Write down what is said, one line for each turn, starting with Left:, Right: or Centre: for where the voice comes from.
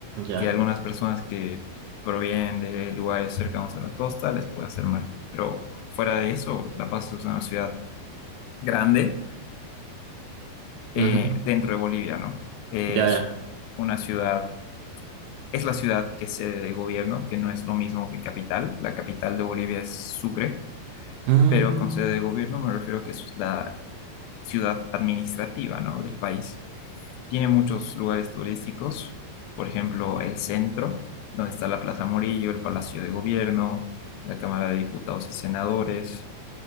Right: ya.
Left: que algunas personas que provienen de lugares cercanos a la costa les puede hacer mal, pero fuera de eso, La Paz es una ciudad grande eh,
Right: ujú,
Left: dentro de Bolivia, ¿no? Es
Right: Ya, ya.
Left: una ciudad, es la ciudad que es sede de gobierno, que no es lo mismo que capital. La capital de Bolivia es Sucre,
Right: Mm,
Left: pero con sede de gobierno me refiero a que es la ciudad administrativa, ¿no? del país. Tiene muchos lugares turísticos, por ejemplo, el centro, donde está la Plaza Morillo, el Palacio de Gobierno, la Cámara de Diputados y Senadores.